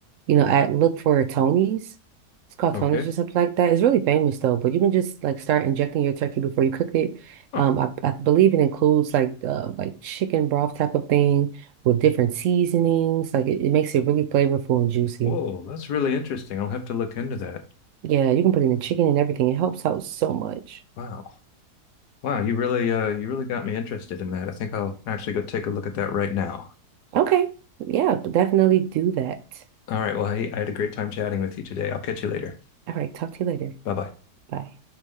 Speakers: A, on the right (about 65°); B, on the left (about 75°).
A: you know at look for Tony's. It's called
B: Okay.
A: Tony's or something like that. It's really famous though. But you can just like start injecting your turkey before you cook it.
B: Huh.
A: Um, I, I believe it includes like uh like chicken broth type of thing with different seasonings. Like it, it makes it really flavorful and juicy.
B: Whoa, that's really interesting. I'll have to look into that.
A: Yeah, you can put in the chicken and everything. It helps out so much.
B: Wow. Wow, you really uh you really got me interested in that. I think I'll actually go take a look at that right now.
A: Okay, yeah, definitely do that.
B: All right, well, hey, I had a great time chatting with you today. I'll catch you later.
A: All right, talk to you later.
B: Bye-bye.
A: Bye.